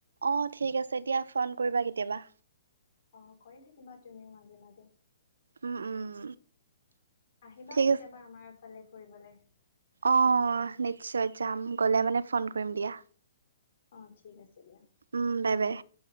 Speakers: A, on the right; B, on the left.
A: অ ঠিক আছে এতিয়া ফোন কৰিবা কেতিয়াবা।
B: অ কৰি থাকিবা তুমিও মাজে মাজে।
A: উম উম।
B: আহিবা
A: ঠিক
B: কেতিয়াবা
A: আছে
B: আমাৰ ফালে ফুৰিবলে।
A: অ নিশ্চয় যাম গলে মানে ফোন কৰিম দিয়া।
B: অ ঠিক আছে দিয়া।
A: উম বাই বাই।